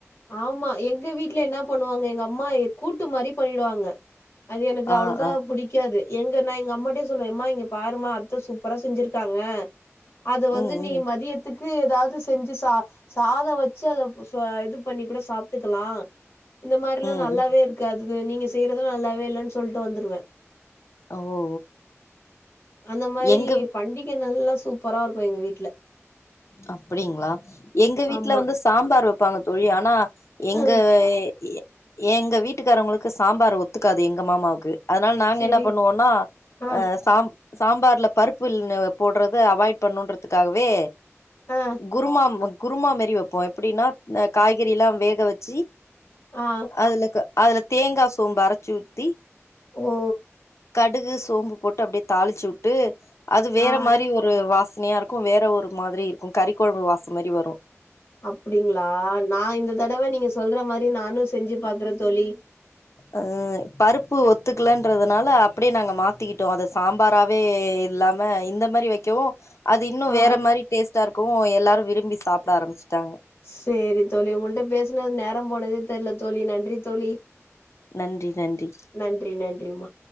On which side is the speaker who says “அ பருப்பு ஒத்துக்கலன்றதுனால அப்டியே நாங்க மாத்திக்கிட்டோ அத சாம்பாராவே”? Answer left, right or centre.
Left